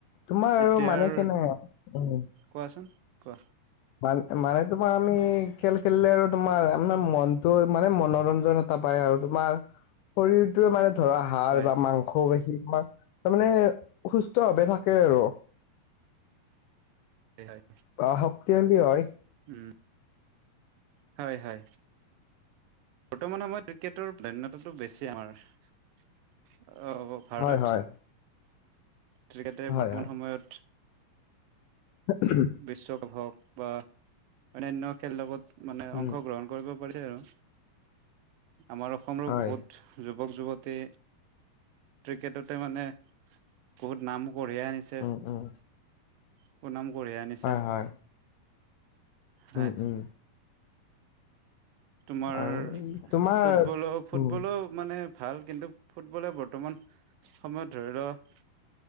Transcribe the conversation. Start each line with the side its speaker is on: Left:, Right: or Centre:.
Left: তোমাৰ
Right: এতিয়াৰ
Left: আৰু মানে কেনে উম
Right: কোৱাচোন কোৱা
Left: মান মানে তোমাৰ আমি খেল খেলিলে আৰু তোমাৰ আৰ মনটো মানে মনোৰঞ্জন পায় আৰু তোমাৰ শৰীৰটোৱে মানে ধৰা হাড়
Right: হয়
Left: বা মাংসপেশীৰ তোমাৰ তাৰমানে সুস্থ ভাৱে থাকে আৰু
Right: হয়
Left: বা শক্তিশালী হয়
Right: উম হয় হয় বৰ্তমান সময়ত ক্ৰিকেটৰ প্ৰাধান্যতাটো বেছি আমাৰ অ ভাৰতত।
Left: হয় হয়
Right: ক্ৰিকেটে
Left: হয়
Right: বৰ্তমান সময়ত
Left: ঊম
Right: বিশ্বকাপ হওক বা অন্যান্য খেলৰ লগত মানে
Left: উম
Right: অংশগ্ৰহণ কৰিব পাৰে আৰু আমাৰ অসমৰো
Left: হয়
Right: বহুত যুৱক যুৱতী ক্ৰিকেটতে মানে বহুত নাম কঢ়িয়াই আনি ছে
Left: উম উম
Right: সুনাম কঢ়িয়াই আনিছে
Left: হয় হয়
Right: হয়
Left: উম উম
Right: তোমাৰ
Left: আৰু তোমাৰ
Right: ফুটবলো ফুটবলো
Left: উম
Right: মানে ভাল কিন্তু ফুটবলে বৰ্তমান সময়ত ধৰি লওক